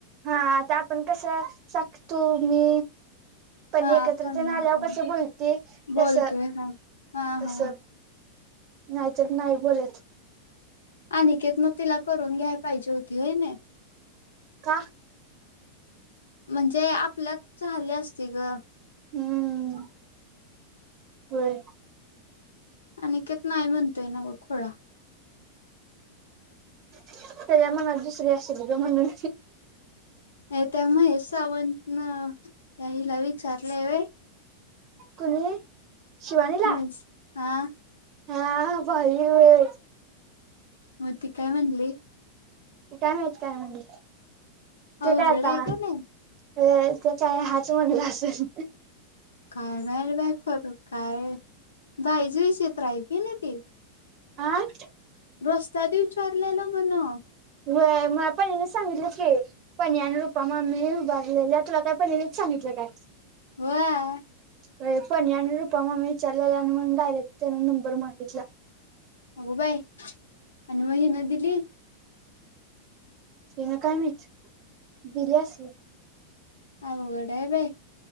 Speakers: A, on the right; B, on the left.
A: हा आता आपण कसं साख, तु, मी पण
B: हा
A: एकत्र
B: तन्मय
A: तेन आल्यावर कसं बोलती
B: बोलतोय
A: तसं
B: हा हा
A: तसं.
B: हा
A: नाही तर नाही बोलत.
B: अनिकेत नं तिला करून घ्याय पाहिजे होती व्हय नाय.
A: का
B: म्हणजे आपल्यात झालं असती गं.
A: हम्म. वय.
B: अनिकेत नाही म्हणतोय ना बघ खुळा.
A: त्याच्या या मनात दुसरी अशीत गं म्हणून.
B: नाही त्या महेश सावंत नं त्या हिला विचारलं व्हय.
A: कुणी शिवानीला
B: महेश हा
A: हा भारी वेच.
B: म ती काय म्हणली?
A: काय माहीत काय म्हणली ते
B: अवघड
A: काय आता
B: आहे
A: हा
B: का नाही
A: वय त्याच्या हाच म्हणला आसल.
B: काय नाही रे बाय खरं काय भाईजीहीचीत राहि की नाही ती.
A: आं
B: रस्त्यात विचारलेला म्हणं.
A: वय मला पण हिने सांगितलं की. पनीयान रूपा मामी उभारलेल्या तुला काय पनीनीच सांगितलं काय?
B: व्हाय.
A: वय पनीयान आणि रुपा मामी विचारलेला आणि मग डायरेक्ट त्याने नंबर मागितल्या.
B: अगो बाय आणि म हिनं दिली?
A: हिनं काय माहिती दिली असेल.
B: अवघड आहे बाई